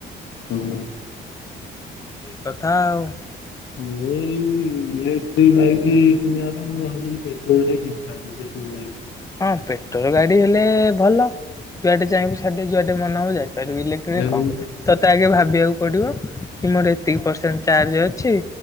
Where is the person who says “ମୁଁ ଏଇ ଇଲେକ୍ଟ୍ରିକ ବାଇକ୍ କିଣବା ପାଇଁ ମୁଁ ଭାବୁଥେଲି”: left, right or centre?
Left